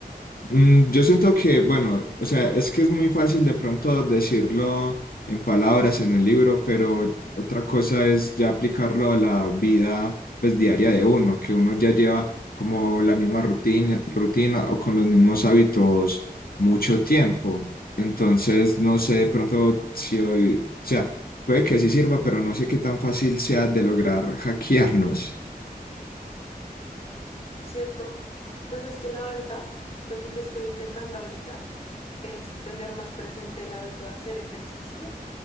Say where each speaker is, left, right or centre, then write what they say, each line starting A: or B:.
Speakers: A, on the left; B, on the left.
A: Mm, Yo siento que, bueno, o sea, es que es muy fácil de pronto decirlo en palabras en el libro, pero otra cosa es ya aplicarlo a la vida pues diaria de uno, que uno ya lleva como la misma rutina, rutina o con los mismos hábitos mucho tiempo. Entonces, no sé de pronto si hoy, o sea, puede que sí sirva, pero no sé qué tan fácil sea de lograr hackearnos.
B: ¿Cierto? Pues es que la verdad, lo que yo estoy intentando ahorita es tener más presente el hábito de hacer ejercicio